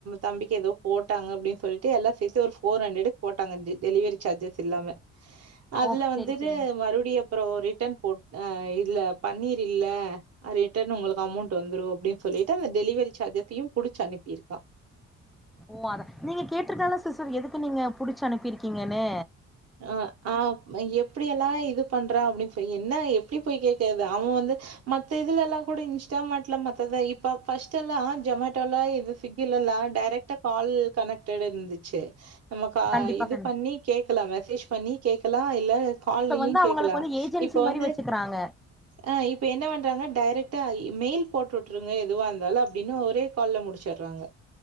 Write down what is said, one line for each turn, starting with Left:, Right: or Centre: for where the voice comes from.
Right: தம்பிக்கு ஏதோ போட்டாங்க அப்டின்னு சொல்லிட்டு எல்லா சேத்து ஒரு ஃபோர் ஹண்ட்ரேடு போட்டாங்க அஞ்சு டெலிவரி சார்ஜஸ் இல்லாம அதுல
Centre: ஓ
Right: வந்துட்டு
Centre: செரி செரிங்க
Right: மறுபடியு அப்றோ ரிட்டன் போ இல்ல பண்ணீர் இல்ல ரிட்டர்ன் உங்களுக்கு அமௌண்ட் வந்துரு அப்டின் சொல்லிட்டு அந்த டெலிவரி சார்ஜஸ்ஸயும் புடுச்சு அனுப்பிருக்கா
Centre: ஓ அதா நீங்க கேட்டிருக்கலால்ல சிஸ்டர் எதுக்கு நீங்க புடுச்சு அனுப்பிருக்கீங்கனு
Right: ஆ ஆ எப்டி எல்லா இது பண்றான் அப்டின் என்ன எப்டி போய் கேக்கறது அவன் வந்து மத்த இதுல எல்லா கூட இன்ஸ்டா மாட்ல மத்தத இப்ப ஃபர்ஸ்ட் எல்லா ஜமேட்டோ எல்லா இது ஸ்விக்கி லலெல்லா டைரக்ட்டா கால் கனெக்ட்டடு இருந்துச்சு நமக்கு
Centre: கண்டிப்பா
Right: இது
Centre: கண்டிப்பா
Right: பண்ணி கேக்கலா மெசேஜ் பண்ணி கேக்கலா இல்ல கால்யு
Centre: இப்ப வந்து அவங்களுக்கு
Right: கேட்கலா
Centre: வந்து ஏஜென்சி
Right: இப்ப
Centre: மாரி
Right: வந்து
Centre: வச்சுக்கிறாங்க
Right: ஆ இப்ப என்ன வண்றாங்க டைரெ ட்ட மெயில் போட்டு விட்டுருங்க எதுவா இந்தாலு அப்டினு ஒரே கால்ல முடிச்சிடறாங்க